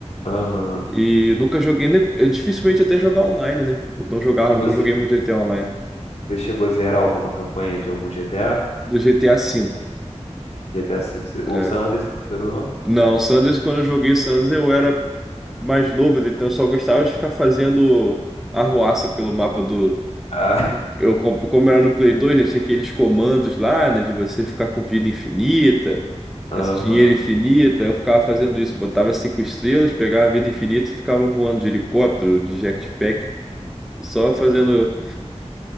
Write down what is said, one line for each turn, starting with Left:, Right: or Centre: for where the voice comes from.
Left: Aham.
Centre: E nunca joguei, né? Eu dificilmente até jogar online, né? Eu não jogava,
Left: E você,
Centre: não joguei muito GTA online.
Left: você chegou a zerar alguma campanha de algum GTA?
Centre: do GTA V.
Left: GTA V? Você- O
Centre: É.
Left: San Andreas você não zerou, não?
Centre: Não, San Andreas, quando eu joguei San eu era mais novo, então eu só gostava de ficar fazendo arruaça pelo mapa do.
Left: Ah,
Centre: Eu, com- como era no Play 2, né, tinha aqueles comandos lá, né, de você ficar com vida infinita,
Left: aham.
Centre: esse dinheiro infinita. Eu ficava fazendo isso, botava cinco estrelas, pegava vida infinita e ficava voando de helicóptero, de jetpack, só fazendo,